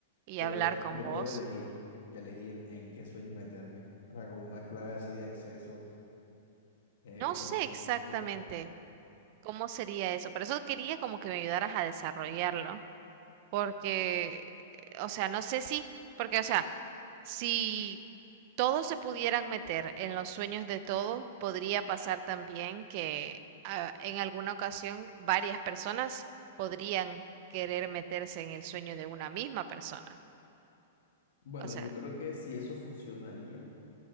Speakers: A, on the right (about 40°); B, on the left (about 75°).
A: y
B: Pero
A: hablar con
B: yo
A: vos.
B: puedo elegir, elegir en qué sueño meterme. O sea, como una clave así de acceso, eh,
A: No sé
B: como si
A: exactamente
B: tengo tu WhatsApp.
A: cómo sería eso, por eso quería como que me ayudaras a desarrollarlo, porque, eh, o sea, no sé si, porque, o sea, si todos se pudieran meter en los sueños de todos, podría pasar también que ah, en alguna ocasión varias personas podrían querer meterse en el sueño de una misma persona.
B: Bueno,
A: O sea,
B: yo creo que si eso funcionaría.